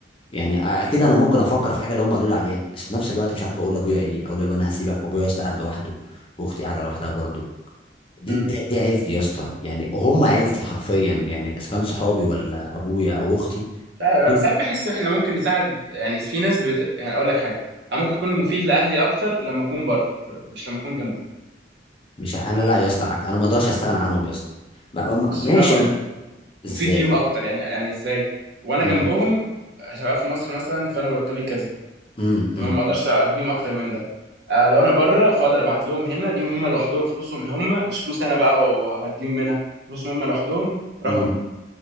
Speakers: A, on the left; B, on the right.
A: يعني اكيد انا ممكن افكر في حاجه اللي هم قالوا لي عليها بس في نفس الوقت مش عارف اقول لابويا ايه اقول لابويا انا هسيبك وابويا يا اسطى قاعد لوحده واختي قاعده لوحدها برضه دي
B: امم
A: دي, دي عيلتي يا اسطى يعني هم عيلتي حرفيا يعني اذا كان صحابي ولا ابويا او اختي
B: مش عارف
A: دول
B: بس ساعات بحس احنا ممكن نساعد يعني في ناس بت... يعني اقول لك حاجه انا ممكن اكون مفيد لاهلي اكتر لما اكون بره مش لما اكون جنبهم
A: مش ع- انا لا يا اسطى عك- انا ما اقدرش استغنى عنهم يا اسطى ما- ما- ما-
B: مش
A: ماشي
B: فاهم قصدي
A: انا ازاي
B: مفيد ليهم اكتر يعني يعني ازاي وانا
A: امم
B: جنبهم شغال في مصر مثلا فانا مرتبي كذا
A: امم
B: تمام
A: امم
B: ما اقدرش اديهم اكتر من ده آه لو انا بره فاقدر ابعت لهم هنا ليهم هم لوحدهم فلوسهم هم مش فلوس انا بقى واديهم منها فلوسهم هم لوحدهم رقم
A: إمم،